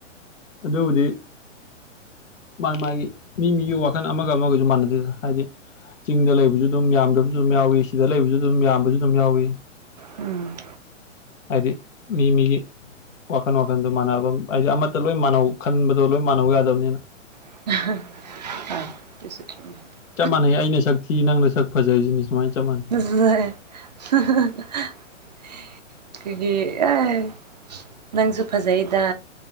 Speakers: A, on the left; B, on the right.
A: ꯑꯗꯨꯕꯨꯗꯤ ꯃꯥꯒꯤ ꯃꯥꯒꯤ ꯃꯤ ꯃꯤꯒꯤ ꯋꯥꯈꯜ ꯑꯃꯒ ꯑꯃꯒꯁꯨ ꯃꯥꯟꯅꯗꯦꯅ ꯍꯥꯏꯗꯤ ꯆꯤꯡꯗ ꯂꯩꯕꯁꯨ ꯑꯗꯨꯝ ꯌꯥꯝꯗꯕꯁꯨ ꯑꯗꯨꯝ ꯌꯥꯎꯏꯤ ꯁꯤꯗ ꯂꯩꯕꯁꯨ ꯑꯗꯨꯝ ꯌꯥꯝꯕꯁꯨ ꯑꯗꯨꯝ ꯌꯥꯎꯏ
B: ꯎꯝ
A: ꯍꯥꯏꯗꯤ ꯃꯤ ꯃꯤꯒꯤ ꯋꯥꯈꯜ ꯋꯥꯈꯟꯗꯣ ꯃꯥꯟꯅꯕ ꯍꯥꯏꯗꯤ ꯑꯃꯠꯇ ꯂꯣꯏ ꯃꯥꯟꯅꯧ ꯈꯟꯕꯗꯣ ꯂꯣꯏ ꯃꯥꯟꯅꯧ ꯌꯥꯗꯕꯅꯤꯅ
B: <unintelligible> <unintelligible>
A: ꯆꯞ ꯃꯥꯟꯅꯩ ꯑꯩꯅ ꯁꯛ ꯊꯤ ꯅꯪꯅ ꯁꯛ ꯐꯖꯩ ꯁꯤꯅꯤ ꯁꯨꯃꯥꯏꯅ ꯆꯞ ꯃꯥꯟꯅꯩ
B: <unintelligible> ꯑꯩꯈꯣꯏꯒꯤ ꯑꯦ ꯅꯪꯁꯨ ꯐꯖꯩꯌꯦꯗ